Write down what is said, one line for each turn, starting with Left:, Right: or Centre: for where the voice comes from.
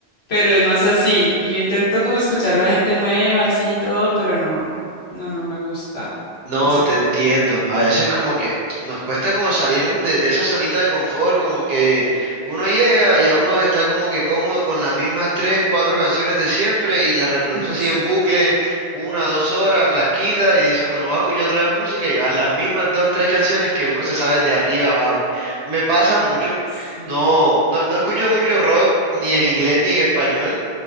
Left: pero es más así, y yo intento como escuchar la gente nueva, así y todo, pero no, no, no me gusta,
Right: No,
Left: no sé
Right: te
Left: por
Right: entiendo. A veces como que nos cuesta como salir de, de esa zonita de confort, como que uno llega y a uno está como que cómodo con las mismas tres, cuatro canciones de siempre y las reproduce
Left: qué. <laughs>
Right: así en bucle, una, dos horas, las quita y dice, bueno, voy a escuchar otra vez música y van las mismas dos, tres canciones que uno se sabe de arriba abajo. Me pasa mucho.
Left: Sí.
Right: No, no, no escucho mucho rock, ni en inglés ni en español.